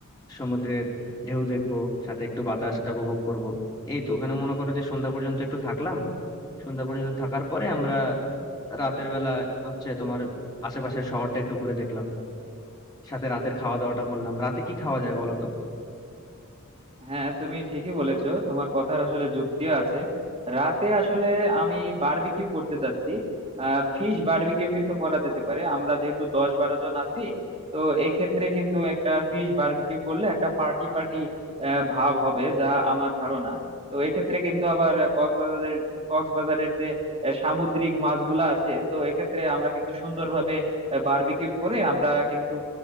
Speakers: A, on the left; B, on the right.
A: সমুদ্রের ঢেউ দেখবো সাথে একটু বাতাসটা উপভোগ করব এই তো ওখানে মনে করো যে সন্ধ্যা পর্যন্ত একটু থাকলাম সন্ধ্যা পর্যন্ত থাকার পরে আমরা রাতের বেলা হচ্ছে তোমার আশেপাশের শহরটা একটু ঘুরে দেখলাম সাথে রাতের খাওয়া দাওয়াটা করলাম রাতে কি খাওয়া যায় বলো তো
B: হ্যাঁ তুমি ঠিকই বলেছো তোমার কথার আসলে যুক্তিও আছে রাতে আসলে আমি বারবিকিউ করতে চাচ্ছি ফিশ বারবিকিউ কিন্তু করা যেতে পারে আমরা যেহেতু দশ বারো জন আছি তো এক্ষেত্রে কিন্তু একটা ফিশ বারবিকিউ করলে একটা পার্টি পার্টি ভাব হবে যা আমার ধারণা তো এক্ষেত্রে কিন্তু আবার কক্সবাজারের কক্সবাজারের যে আহ, সামুদ্রিক মাছগুলো আছে তো এক্ষেত্রে আমরা কিন্তু সুন্দরভাবে বারবিকিউ করে আমরা কিন্তু